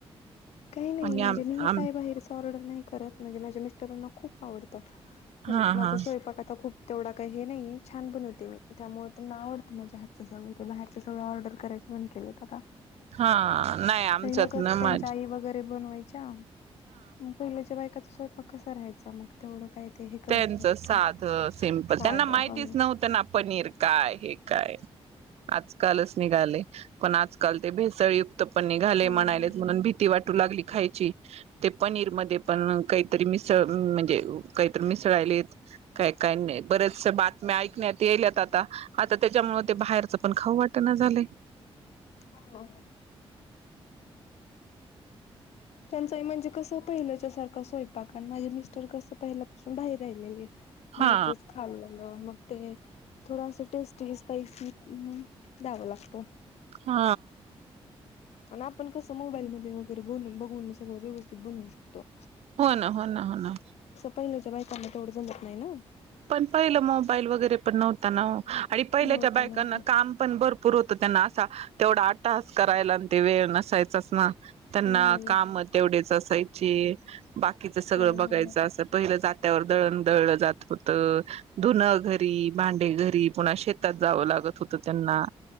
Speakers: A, on the left; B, on the right.
A: काही नाही
B: आणि
A: म्हणजे
B: आम
A: मी हे
B: आम
A: काय बाहेर ऑर्डर नाही करत म्हणजे माझ्या मिस्टरां खूप आवडत पण
B: हा
A: माझा
B: हा
A: स्वयंपाक आता खूप तेवढा का हे नाही. छान पण होते मी त्यामुळे त्यांना आवडतं माझ्या त्याच्या मुळ ते बाहेर च ते बाहेर सगळं ऑर्डर करायचं बंद केलेत आता.
B: हा. नाही आमच्यात
A: पहिलं कसं
B: ना
A: त्यांच्या
B: मा
A: आई वगैरे बनवायच्या. पहिल्याच्या बायकाचा स्वयपाक कसं राहायंच मग तेवढं काय ते हे करत
B: त्यांच
A: नव्हतं
B: साध
A: पण.
B: सिम्पल
A: साधं
B: त्यांना माहितीच
A: हो
B: नव्हतं ना पनीर काय हे काय आजकालच निघाले. पण आजकाल ते भेसळ तप पण निघाले
A: हो
B: म्हणालेत
A: ना हो ना.
B: म्हणून भीती वाटू लागली खायची. ते पनीर मध्ये पण काहीतरी मिसळ म्हणजे मिसळालेत काय काय नाही बरेच बातम्या ऐकण्यात याल्यात आता त्याच्यामुळे ते बाहेरच पण खाऊ वाटण झालं.
A: कोण ये? त्यांचं म्हणजे कस पहिलंच्या सारखं स्वयंपाक आणि माझे मिस्टर कसं पहिल्यापासून बाहेर राहिलेले. बाहेरचच
B: हा
A: खाल्ल मग ते थोडस टेस्टी, स्पायसी म्हणून द्याव लागत.
B: हा.
A: पण आपण कसं मोबाईलमध्ये वगैरे बनून बघून सगळं व्यवस्थित बनवू शकतो.
B: हो ना हो ना हो ना.
A: पहिलच्या बायकांना तेवढं जमत नाही ना?
B: पण पहिलं मोबाईल वगैरे पण नव्हता ना ओ. आणि पहिल्याच्या
A: नव्हता
B: बायकांना
A: नव्हता
B: काम पण भरपूर होतं त्यांना असा तेवढा अटाहास करायला. ते वेळ नसायचाच ना. त्यांना
A: नाही नाही
B: काम तेवढीच अस ची बाकी की च सगळं
A: हो ना
B: बघायचं
A: हो ना
B: अस पहिलं जात त्यावर दळण दळलं जात. होत धुन घरी. भांडे घरी. पुन्हा शेतात जावं लागत होत त्यांना.